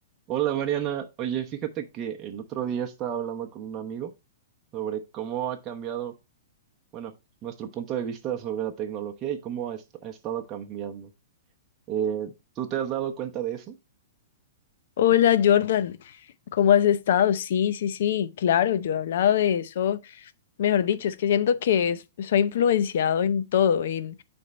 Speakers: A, on the right; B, on the left.
A: Hola Mariana, oye, fíjate que el otro día estaba hablando con un amigo sobre cómo ha cambiado, bueno, nuestro punto de vista sobre la tecnología y cómo ha, est- ha estado cambiando. Eh, ¿tú te has dado cuenta de eso?
B: Hola Jordan, ¿cómo has estado? Sí, sí, sí, claro, yo he hablado de eso, mejor dicho, es que siento que es- soy influenciado en todo, en,